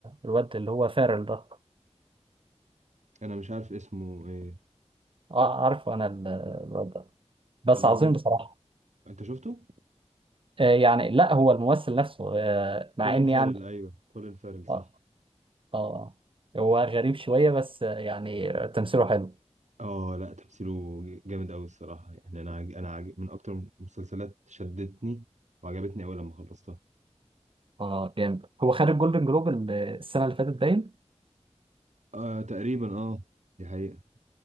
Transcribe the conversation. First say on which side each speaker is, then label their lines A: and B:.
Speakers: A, on the right (about 50°); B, on the right (about 85°).
A: الواد اللي هو فارل ده
B: أنا مش عارف اسمه إيه
A: اه عارفه انا ال- الواد ده بس
B: اللي
A: عظيم
B: هو
A: بصراحة
B: أنت شفته؟
A: آه يعني لا هو الممثل نفسه آه مع
B: كولين
A: ان
B: فارل
A: يعني
B: أيوه كولين فارل صح
A: اه اه آه. هو غريب شوية بس آه، يعني تمثيله حلو
B: اه لا تمثيله جامد أوي الصراحة يعني أنا عج... أنا عج... من أكتر المسلسلات شدتني وعجبتني أوي لما خلصتها
A: اه جامد هو خد الجولدن جلوب ال- السنة اللي فاتت باين
B: آه تقريبا اه دي حقيقة